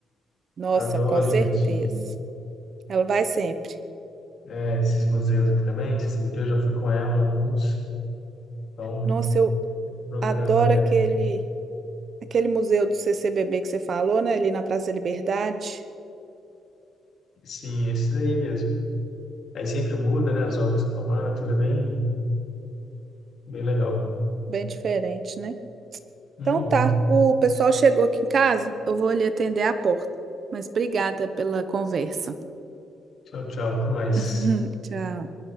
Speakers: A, on the right; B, on the left.
A: Nossa,
B: Adora
A: com certeza.
B: Inhatim.
A: Ela vai sempre.
B: É, esses museus aqui também. Você sabe, eu já fui com ela a alguns. Então,
A: Nossa, eu
B: o programa
A: adoro
B: dela.
A: aquele aquele museu do CCBB que você falou, né? Ali na Praça da Liberdade.
B: Sim, esses aí mesmo. Aí sempre muda, né? As obras que estão lá. Tudo é bem, bem legal.
A: Bem diferente, né?
B: Uhum.
A: Então tá, o pessoal chegou aqui em casa, eu vou ali atender a porta. Mas obrigada pela conversa.
B: Tchau, tchau. Até mais.
A: <laughs> Tchau.